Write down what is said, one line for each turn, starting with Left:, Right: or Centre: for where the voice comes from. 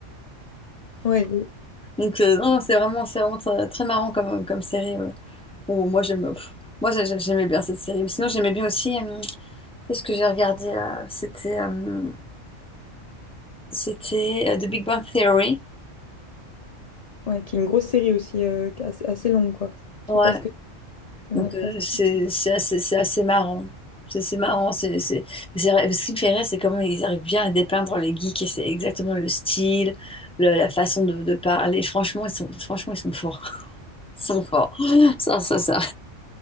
Left: Ouais, je-
Centre: Donc, euh, non, non, c'est vraiment, c'est vraiment très, très marrant comme, comme série. ouais. Ou moi, j'aime, pff, moi, j'a- j'a- j'aimais bien cette série. Sinon, j'aimais bien aussi, euh, qu'est-ce que j'ai regardé, euh, c'était, euh, C'était euh, The Big Bang Theory.
Left: ouais, qui est une grosse série aussi, euh, qui est assez, assez longue, quoi. Je
Centre: Ouais,
Left: sais pas ce que t'en
Centre: donc
Left: as pensé.
Centre: euh, c'est c'est assez, c'est assez marrant. C'est c'est marrant. c'est c'est- mais c'est vrai, ce qui me fait rire, c'est comment ils arrivent bien à dépeindre les geeks et c'est exactement le style, le- la façon de, de parler. Franchement, ils sont, franchement, ils sont forts. <laughs> Ils sont forts. Ça, ça, ça.